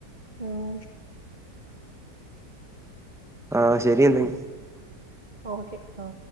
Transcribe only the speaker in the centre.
ആ ശെരി ഇന്ന്